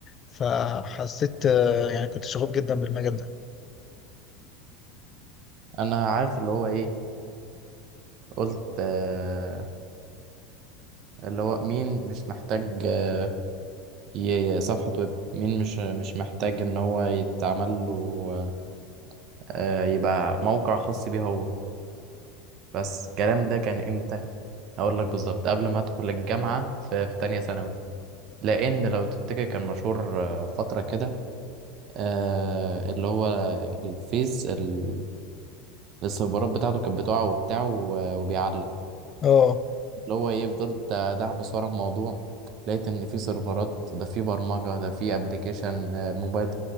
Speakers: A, on the left; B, on the right.
A: فحسيت آه، يعني كنت شغوف جدا بالمجال ده
B: انا عارف اللي هو ايه قلت آه اللي هو مين مش محتاج آه، ي- ي- صفحة ويب مين مش مش محتاج ان هو يتعمل له آه يبقى موقع خاص بيه هو بس الكلام ده كان امتى اقول لك بالظبط قبل ما ادخل الجامعة في, في تانية ثانوي لان لو تفتكر كان مشهور آه، فترة كده آه اللي هو الفيس ال- السيرفرات بتاعته كانت بتقع وبتاع و- وبيعلق
A: اه
B: اللي هو ايه فضلت دعبس ورا الموضوع لقيت ان في سيرفرات ده في برمجة ده في ابلكيشن موبايل